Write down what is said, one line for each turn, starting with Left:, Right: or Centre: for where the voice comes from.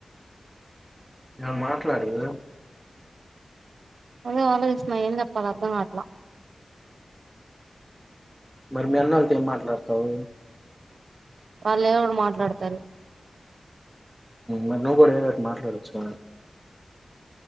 Centre: ఎ మాట్లాడు ఇగో
Right: అదే ఆలోచిస్తున్నా ఏం చెప్పాలా అర్థం కావట్లా
Centre: మరి మీ అన్నల్తో ఏం మాట్లాడతవ్
Right: వాళ్ళు ఎవరు మాట్లాడతారు
Centre: మరి నువ్వు కూడ ఏదో ఒకటి మాట్లాడొచ్చు కా